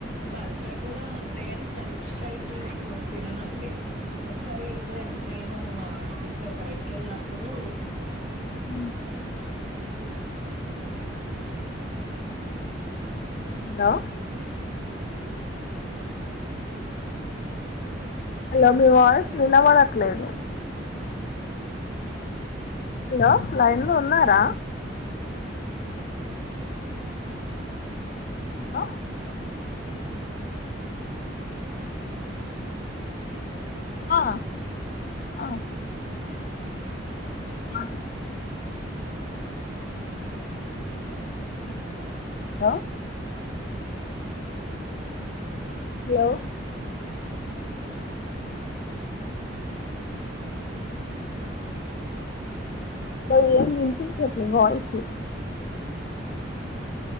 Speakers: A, on the right; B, on the left.
A: బర్గర్ కూడా అంతేగాని ఫ్రెంచ్ ఫ్రైస్ ఎక్కువ తినను అండి ఒకసారి ఇట్లా నేను మా సిస్టర్ బయటికి వెళ్ళినప్పుడు
B: హ హలో హలో మీ వాయిస్
A: వాళ్ళు
B: వినాబడట్లేదు హలో లైన్ లో ఉన్నారా ఉండా ఆ ఆ అదీ దా హలో మే ఏం వినిపించట్లేదు వాయిస్